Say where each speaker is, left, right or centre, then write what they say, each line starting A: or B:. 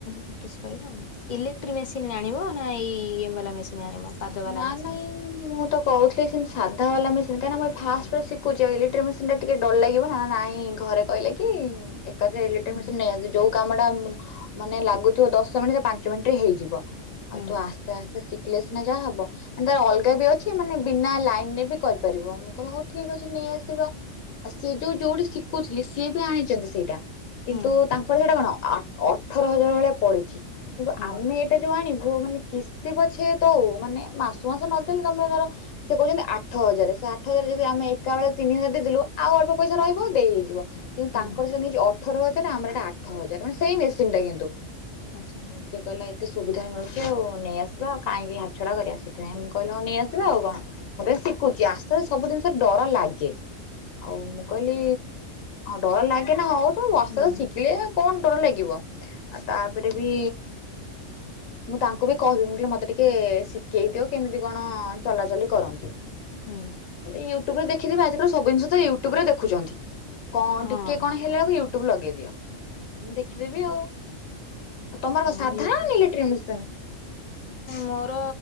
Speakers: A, on the left; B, on the left.
A: ପ୍ରାଟିସ କରିବ ଆଉ ଇଲେକ୍ଟ୍ରିକ ମେସିନ ଆଣିବ ନା ଏଇ ଚଲା ମେସିନ ଆଣିବ। ପାଦ ବାଲା
B: ନାଁ
A: ମେସିନ?
B: ନାଇଁ ମୁଁ ତ କହୁଥିଲି ସେନ୍ତି ସାଧା ବାଲା ମେସିନ୍ କାଇଁ ନା ମୁଁ ଏଇ ଫାଷ୍ଟେ ଶିକୁଚି ଆଉ ଇଲେଟ୍ରି ମେସି ସିନ୍ ଟା ଟିକେ ଡର ଲାଗିବ ନା ନାଇଁ ଘରେ କହିଲେ କି ଏକାଥରେ ଇଲେକ୍ଟ୍ରି
A: ହୁଁ।
B: ମେସିନ୍ ନେଇ ଆସେ ଯୋଉ କାମଟା ମାନେ ଲାଗୁଥୁବ ଦଶ ମିଣ୍ଟି ପାଞ୍ଚ ମିଣ୍ଟିରେ ହେଇଯିବ ଆଉ
A: ହୁଁ
B: ତୁ ଆସ୍ତେ ଆସ୍ତେ ଶି କିଲେ ଯାହା ହବ ମାନେ ତାର ଅଲଗା ବି ଅଛି ମାନେ ବିନା ଲାଇନ୍ ରେ ବି କରିପାରିବ। ମୁଁ କହିଲି ହଉ ଠିକ୍ ଅଛି ନେଇଆସିବା। ଆ ସିଏ ଯୋଉ ଯୋଉଠି ଶିକୁଥିଲି ସିଏ ବି ଆଣିଚନ୍ତି ସେଇଟା କିନ୍ତୁ
A: ହୁଁ
B: ତାଙ୍କର ସେଟା କଣ ଆ ଅଠର ହଜାର ଭଳିଆ ପଡ଼ିଚି କିନ୍ତୁ
A: ହଁ
B: ଆମେ ଟା ଯୋଉ ଆଣିବୁ ମାନେ କିସ୍ତି ପଛେ ଦଉ ମାନେ ମାସୁ ମାସ ନଦେଲେ ତମେ ଧର ସେ କୋହୁଚନ୍ତି ଆଠ ହଜାରେ। ସେ ଆଠ ହଜାରେ ଯଦି ଆମେ ଏକା ଅଳେ ତିନି ହଜାର ଦେଇଦଲୁ ଆଉ ଅଳ୍ପ ପଇସା ରହିବ ଦେଇ ହେଇଯିବ। କିନ୍ତୁ
A: ହଁ
B: ତାଙ୍କର ସେଟା ନେଇଚି ଅଠର ହଜାରେ ଆମର ଏଟା ଆଠ ହଜାରେ ମାନେ ସେଇ ମେସିନ୍ ଟା କିନ୍ତୁ।
A: ଆଚ୍ଛା।
B: ତି କହିଲା ଏତେ ସୁବିଧା ମିଳୁଚି ଆଉ ନେଇଆସିବା, ଆଉ କାଇଁକି ହାତଛଡ଼ା କରିବା? ସେଥିପାଇଁ ମୁଁ କହିଲ ହଁ ନେଇଆସିବା ଆଉ କଣ ମୁଁ ତ ଏ ଶିକୁଚି ଆସ୍ତେ ସ୍ତେ ସବୁ ଜିନିଷ ଡର ଲାଗେ। ଆଉ ମୁଁ କହିଲି ଡର ଲାଗେନା ହଉ ତୁ ବସ୍ତର
A: ହୁଁ ହୁଁ
B: ଶିକିଲେ କଣ ଡର ଲାଗିବ? ଆ ତାପରେ ବି ମୁଁ ତାଙ୍କୁ ବି କହିବି ମୁଁ କହିଲି ମତେ ଟିକେ ଶି କେଇ ଦିଅ କେମିତି କଣ ଚଲାଚଲି କରନ୍ତି।
A: ହଁ।
B: ହେଲେ ୟୁଟୁବ୍ ରୁ ଦେଖିଦେବା ଆଜିକାଲି ସବୁ ଜିନଷ ତ ୟୁଟୁବ୍ ରେ ଦେଖୁଚନ୍ତି କଁ
A: ହଁ।
B: ଟିକେ କଣ ହେଲା ଅଳୁକୁ ୟୁ ଟୁବ୍ ଲଗେଇ ଦିଅ ଦେଖିଦେବି ଆଉ। ଆ ତମର
A: ହଁ
B: କଁ ସାଧା
A: ୟୁଟ୍ୟୁବ
B: ନି ଇଲେଟ୍ରି ମିଶା?
A: ମୋର